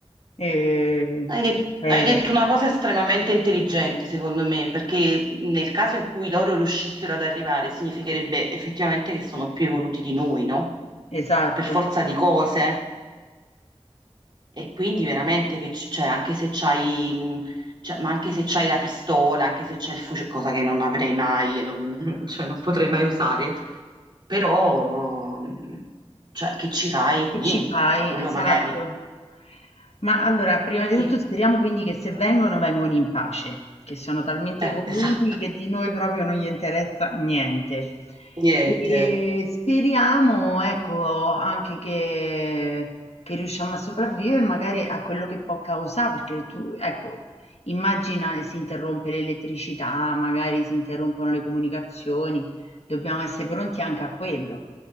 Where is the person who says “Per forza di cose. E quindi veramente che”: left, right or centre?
Right